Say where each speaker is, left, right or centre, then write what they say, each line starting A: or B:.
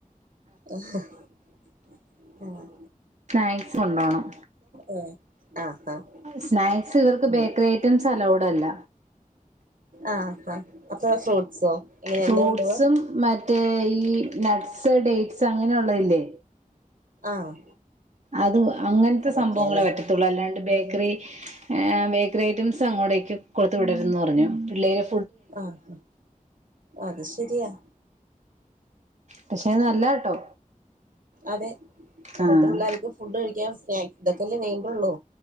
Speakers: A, on the right (about 75°); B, on the right (about 55°).
A: <unintelligible> ഉം
B: സ്നാക്സ് കൊണ്ടോണം
A: ആഹ് ആഹ് ആഹ്
B: സ്നാക്സ് ഇവർക്ക്
A: ഉം
B: ബേക്കറി ഐറ്റംസ് അലൗഡ് അല്ല
A: ആഹ് ആ അപ്പൊ ഫ്രൂട്ട്സോ എങ്ങനെ
B: ഫ്രൂട്ട്സും
A: എന്താ കൊണ്ടുപോവാ
B: മറ്റേ ഈ നസ് സ് ഡേറ്റ്സ് അങ്ങനെ ഉള്ളതില്ലേ
A: ആഹ്
B: അത് അങ്ങനത്തെ
A: അതൊക്കെയാല്ലേ
B: സംഭവങ്ങളെ പറ്റത്തുള്ളൂ അല്ലാണ്ട് ബേക്കറി ഏഹ് ബേക്കറി ഐറ്റംസ് അങ്ങോട്ടേക്ക് കൊടുത്ത വിടരുതെന്ന് പറഞ്ഞു പിള്ളെര്
A: ആഹ് അത് ശരിയാ
B: പക്ഷെ നല്ലത കേട്ടോ
A: അതെ ഇപ്പഴത്തെ
B: ആഹ്
A: പിള്ളർക്ക് ഫുഡ് കഴിക്കാൻ <unintelligible> വേണ്ടുള്ളൂ